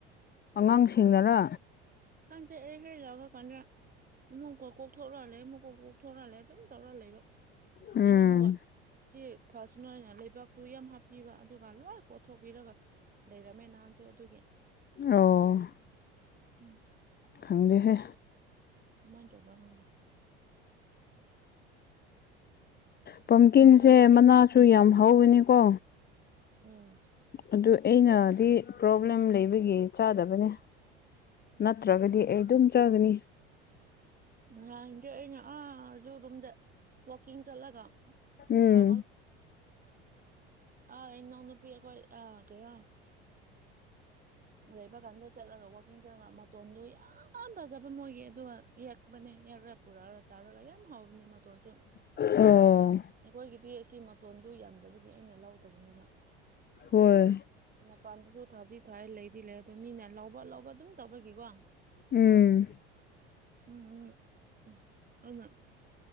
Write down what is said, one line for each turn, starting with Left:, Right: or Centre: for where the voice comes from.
Left: ꯑꯉꯥꯡꯁꯤꯡꯅꯔ
Right: ꯈꯪꯗꯦ ꯑꯦ ꯍꯦꯂꯒ ꯀꯅ ꯏꯃꯨꯡꯀꯣ ꯀꯣꯛꯊꯣꯔ ꯂꯩꯝꯏ <unintelligible> ꯑꯗꯨꯝ ꯇꯧꯔ ꯂꯩꯕ
Left: ꯎꯝ
Right: ꯑꯩꯅ ꯑꯃꯨꯛꯀ ꯁꯤ ꯐꯥꯁꯅꯨ ꯍꯥꯏꯅ ꯂꯩꯕꯥꯛꯇꯨ ꯌꯥꯝ ꯍꯥꯞꯄꯤꯕ ꯑꯗꯨꯒ ꯂꯣꯏ ꯀꯣꯠꯊꯣꯛꯄꯤꯔꯒ ꯂꯩꯔꯝꯃꯦ ꯅꯍꯥꯟꯁꯨ ꯑꯗꯨꯒꯤ꯫
Left: ꯑꯣ
Right: ꯎꯝ
Left: ꯈꯪꯗꯦꯍꯦ
Right: ꯀꯃꯥꯏꯟ ꯇꯧꯕꯔ꯭ꯥ ꯈꯪꯗꯦ ꯫
Left: ꯄꯝꯀꯤꯟꯁꯦ
Right: ꯎꯝ ꯑꯗꯨꯒꯤ ꯍꯧꯖꯤꯛꯇꯤ
Left: ꯃꯅꯥꯁꯨ ꯌꯥꯝ ꯍꯧꯋꯅꯤꯀꯣ꯫
Right: ꯎꯝ
Left: ꯑꯗꯨ ꯑꯩꯅꯗꯤ ꯄ꯭ꯔꯣꯕ꯭ꯂꯦꯝ ꯂꯩꯕꯒꯤ ꯆꯥꯗꯕꯅꯦ꯫ ꯅꯠꯇ꯭ꯔꯒꯗꯤ ꯑꯩ ꯗꯨꯝ ꯆꯒꯅꯤ꯫
Right: ꯅꯍꯟꯖꯦ ꯑꯩꯅ ꯑꯥ ꯖꯨꯔꯨꯝꯗ ꯋꯥꯛꯀꯤꯡ ꯆꯠꯂꯒ ꯆꯨ
Left: ꯎꯝ
Right: <unintelligible> ꯑ ꯏꯅꯥꯎ ꯅꯨꯄꯤ ꯑꯈꯣꯏ ꯑꯥ ꯀꯔꯤꯔꯥ ꯫ ꯂꯩꯕ ꯀꯥꯟꯗ ꯆꯠꯂꯒ ꯋꯥꯛꯀꯤꯡ ꯆꯠ ꯃꯇꯣꯟꯗꯨ ꯌꯥꯝ ꯐꯖꯕ ꯃꯣꯏꯒꯤ ꯑꯗꯨꯑ ꯫ ꯌꯦꯛꯄꯅꯤ ꯌꯦꯛꯔ ꯄꯨꯔꯛꯔꯒ ꯆꯥꯔꯒ ꯌꯥꯝ ꯍꯥꯥꯎꯕꯅꯤ ꯃꯇꯣꯟꯁꯨ꯫
Left: ꯑꯣ
Right: ꯑꯩꯈꯣꯏꯒꯤꯗꯤ ꯑꯁꯤ ꯃꯇꯣꯟꯗꯨ ꯌꯥꯝꯗꯕꯒꯤ ꯑꯩꯅ ꯂꯧꯗꯕꯅꯦꯕ
Left: ꯍꯣꯏ
Right: ꯑꯗꯨꯒ꯫ ꯃꯄꯥꯟꯗꯖꯨ ꯊꯥꯕꯗꯤ ꯊꯥꯏ ꯂꯩꯗꯤ ꯂꯩ ꯑꯗꯨ ꯃꯤꯅ ꯂꯧꯕ ꯂꯧꯕ ꯑꯗꯨꯝ ꯇꯧꯕꯒꯤꯒꯣ ꯫
Left: ꯎꯝ
Right: ꯎꯝ ꯎꯝ ꯎꯝ ꯑꯩꯅ ꯫